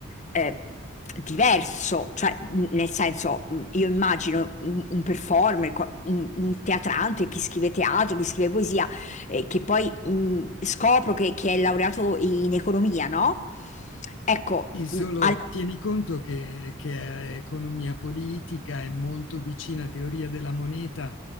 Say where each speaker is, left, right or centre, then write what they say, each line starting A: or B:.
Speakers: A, on the left; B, on the left.
A: eh, diverso, cioè mh, nel senso, mh, io immagino un, un performer, qua- un, un teatrante, chi scrive teatro, chi scrive poesia, eh, che poi mh, scopro che, che è laureato in economia, no? Ecco,
B: il solo
A: mh, alla-
B: tieni conto che, che è economia politica è molto vicina a teoria della moneta,